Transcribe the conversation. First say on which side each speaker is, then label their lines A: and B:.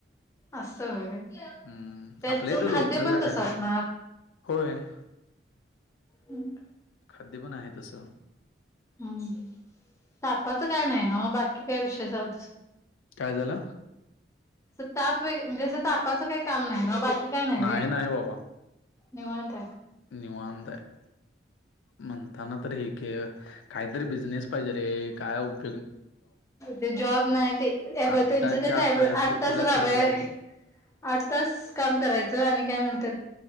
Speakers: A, on the left; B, on the left.
A: असं होय.
B: हम्म
A: त्याच
B: आपल्या इथं
A: खाद्य
B: लोकलला
A: पण
B: काय
A: तस असणार.
B: होय.
A: हम्.
B: खाद्य पण आहे तसं.
A: हम्, तापाच काय नाही नव्ह बाकी काय विषय ते जाऊदे सो
B: काय झालं
A: <inaudible> असं ताप वगैरे म्हणजे असं तापाचं काही काम नाही ना. काय
B: नाही,
A: रे
B: नाही बाबा.
A: निवांत
B: निवांत आहे म्हणताना तर एक-एक काही तरी बिझनेस पाहिजे रे काय उप
A: ते जॉब नाही ते ए बघ
B: आत्ताच्या
A: त्यांच ते
B: परिस्थितीला
A: <unintelligible> आठ तास राबाय
B: तर जॉब
A: आठ तास काम करायचं आणि काय म्हण